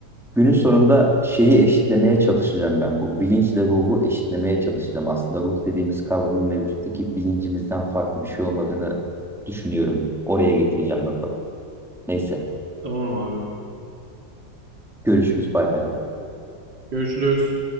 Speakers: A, in the centre; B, on the right (about 80°).
A: günün sonunda şeyi eşitlemeye çalışacağım ben. Bu bilinçle ruhu eşitlemeye çalışacağım. Aslında ruh dediğimiz kavramın mevcuttaki bilincimizden farklı bir şey olmadığını düşünüyorum. Oraya getireceğim lafı. Neyse,
B: Tamam abi.
A: görüşürüz bay bay abi.
B: Görüşürüz.